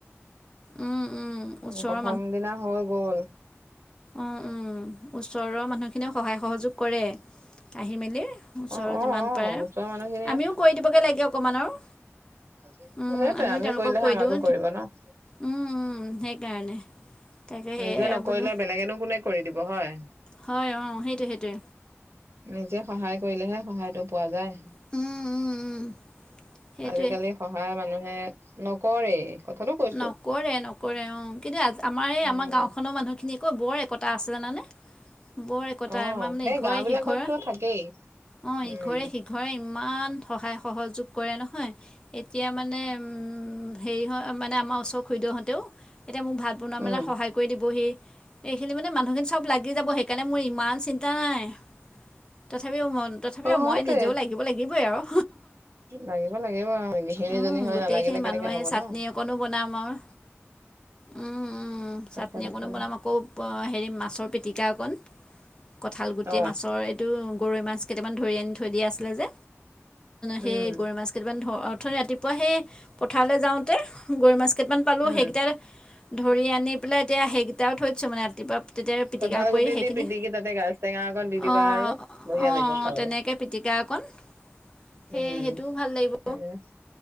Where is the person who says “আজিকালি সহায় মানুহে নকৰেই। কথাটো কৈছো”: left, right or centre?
Right